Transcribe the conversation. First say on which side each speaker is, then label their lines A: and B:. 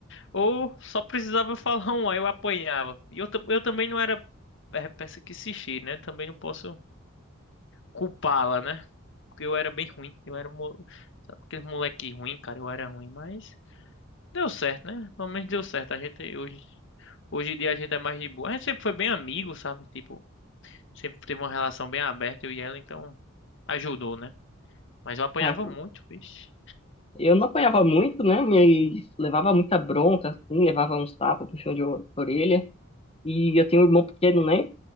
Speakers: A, on the left; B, on the left.
A: Ou só precisava falar um, aí eu apanhava. E eu, ta- eu também não era. É, peça que se cheire, né? Também não posso. culpá-la, né? Porque eu era bem ruim. Eu era um mo- sabe, aquele moleque ruim, cara. Eu era ruim, mas deu certo, né? Pelo menos deu certo. A gente hoje, hoje em dia a gente é mais de boa. A gente sempre foi bem amigo, sabe? Tipo, sempre teve uma relação bem aberta, eu e ela, então ajudou, né? Mas eu apanhava
B: Ah,
A: muito, vixe.
B: eu não apanhava muito, né? Mas levava muita bronca, assim, levava uns tapas, puxão de o- orelha. E eu tenho um irmão pequeno, né?